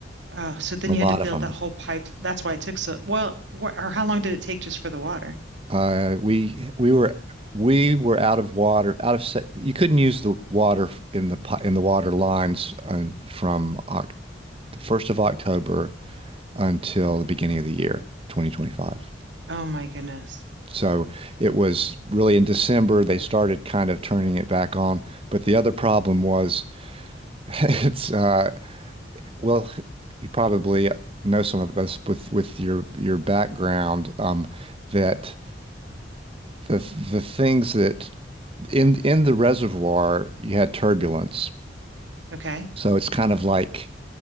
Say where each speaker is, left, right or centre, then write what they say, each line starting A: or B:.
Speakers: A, on the right (about 75°); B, on the right (about 30°).
A: Oh, so then
B: a
A: you
B: lot
A: had to build
B: of them.
A: that whole pipe. That's why it took so, well, wh or how long did it take just for the water?
B: Uh, we we were we were out of water, out of sa you couldn't use the water f- in the pi- in the water lines uh, from Oc first of October until the beginning of the year, 2025.
A: Oh my goodness.
B: So it was really in December they started kind of turning it back on. But the other problem was <laughs> It's uh well, you probably know some of this with with your your background um that the the things that in in the reservoir you had turbulence.
A: Okay.
B: So it's kind of like